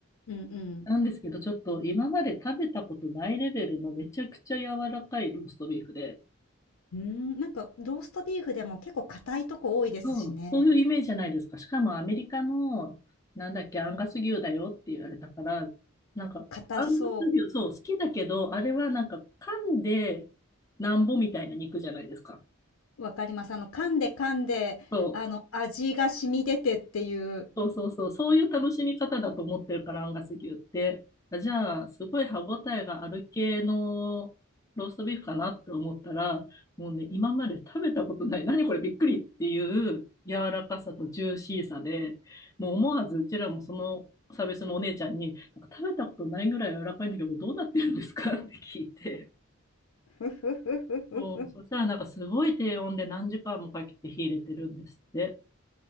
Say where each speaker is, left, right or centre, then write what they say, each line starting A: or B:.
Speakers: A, on the left; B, on the left.
A: うんうん。
B: なんですけど、ちょっと今まで食べたことないレベルのめちゃくちゃ柔らかいローストビーフで、
A: うーん、なんかローストビーフでも結構硬いとこ多いですしね。
B: そう、そういうイメージじゃないですか。しかもアメリカの、なんだっけ、アンガス牛だよって言われたから、なんか、
A: 硬そ
B: アンガス牛、そう、好きだけど、あれはなんか、噛んでなんぼみたいな肉じゃないですか。
A: う。わかります。あの、噛んで噛んで、
B: そう
A: あの、味が染み出てっていう。
B: そうそうそう、そういう楽しみ方だと思ってるから、アンガス牛って。あじゃあ、すごい歯ごたえがある系のローストビーフかなって思ったら、もうね、今まで食べたことない、何これびっくりっていう柔らかさとジューシーさで、もう思わずうちらもそのサービスのお姉ちゃんに、なんか食べたことないぐらい柔らかいんだけど、どうなってるんですかって聞いて。
A: ふふふふふふ。
B: そう、そしたらなんかすごい低温で何時間もかけて火入れてるんですって。